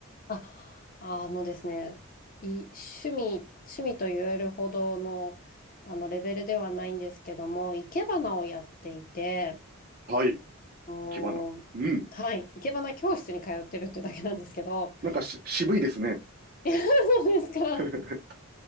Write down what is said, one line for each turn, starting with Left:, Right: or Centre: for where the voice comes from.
Left: あ、あのですね、い、趣味、趣味と言えるほどの、あのレベルではないんですけども、生け花をやっていて、
Right: はい、
Left: おー、
Right: 生き花。うん。
Left: はい、生け花教室に通ってるっていうだけなんですけど、
Right: なんかし、渋いですね。
Left: <laughs> そうですか。
Right: <laughs>